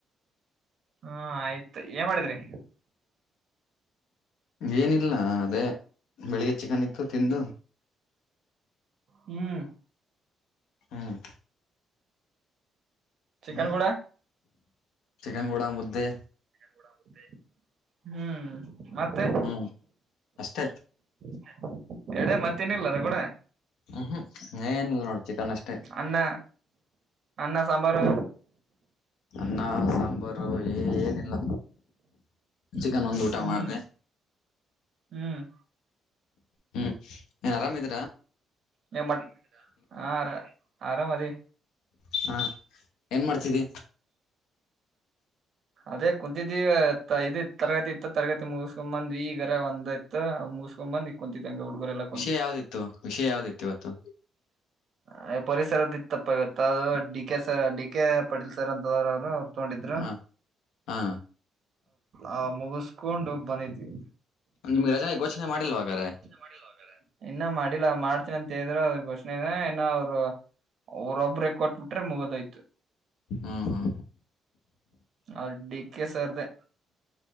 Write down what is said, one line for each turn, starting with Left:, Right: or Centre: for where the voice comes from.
Right: ಹಾ ಆಯ್ತು ಏನ್ ಮಾಡಿದ್ರಿ
Left: ಏನಿಲ್ಲ ಅದೇ ಬೆಳಿಗ್ಗೆ ಚಿಕನ್ ಇತ್ತು ತಿಂದು
Right: ಹ್ಮ್
Left: ಹ್ಮ್
Right: ಚಿಕನ್
Left: ಹ್ಮ್
Right: ಕೂಡ
Left: ಚಿಕನ್ ಕೂಡ ಮುದ್ದೆ
Right: ಹ್ಮ್ ಮತ್ತೆ
Left: ಹ್ಮ್ ಅಷ್ಟೇ
Right: <inaudible> ಎಡೆ ಮತ್ತೇನ ಇಲ್ಲ ಕೂಡ
Left: ಹ್ಮ್ ಹ್ಮ್ ಏನಿಲ್ಲ ನೋಡ ಚಿಕನ್ ಅಷ್ಟೇ
Right: ಅನ್ನ ಅನ್ನ ಸಾಂಬಾರು
Left: ಅನ್ನ ಸಾಂಬಾರು ಏನಿಲ್ಲ ಚಿಕನ್
Right: ಹ್ಮ್
Left: ಒಂದು ಊಟ ಮಾಡಿದೆ
Right: ಹ್ಮ್
Left: ಹ್ಮ್ ನೀಏನ್ ಆರಾಮಿದೀರಾ
Right: ಮ ಏನ ಮಾಡ್ ಹಾರ ಆರಾಮ ಅದವಿ
Left: ಹಾ ಏನ್ ಮಾಡ್ತಿದ್ದಿ
Right: ಅದೇ ಕುಂತಿದ್ದಿ ಇದ ತರಗತಿ ಇತ್ತು ತರಗತಿ ಮುಗಸ್ಕೊಂಬಂದ್ ಈಗರ ಒಂದ ಒಂದ ಆಯ್ತ ಮುಗಸ್ಕೊಂಡ್ ಬಂದಿಕುಂತಿದ್ದ ಯಂಗ್ ಹುಡುಗರೆ ಎಲ್ಲ ಕೊಂತ
Left: ವಿಷಯ ಯಾವ್ದಿತ್ತು ವಿಷಯ ಯಾವ್ದಿತ್ತು ಇವತ್ತು
Right: ಅ ಪರಿಸರದ ಇತ್ತಪ್ಪ ಇವತ್ ಅದು D K sir D K Patil sir ಅಂತದ್ರ ಅವರು ಅವ್ರು ತೊಂಡಿದ್ರ
Left: ಹಾ ಹಾ
Right: ಆ ಮುಗಿಸಕೊಂಡು ಬಂದಿದವಿ
Left: ನಿಮ್ಗೆ ರಜ ಘೋಷಣೆ ಮಾಡಲ್ವ ಹಾಗಾದ್ರ
Right: ಮಾಡಿಲ್ವ ಹಾಗಾದ್ರೆ ಇನ್ನ ಮಾಡಿಲ್ಲ ಮಾಡ್ತನ ಅಂತ ಹೇಳಿದ್ರ ಅವರ ಘೋಷಣೆ ಇನ್ನ ಅವ್ರು ಅವರ ಒಬ್ಬರೇ ಕೊಟ್ಬಿಟ್ರೆ ಮುಗದಾಯ್ತು
Left: ಹಾ ಹಾ
Right: ಅವರ್ ಡಿ ಕೆ ಸರ್ ದೆ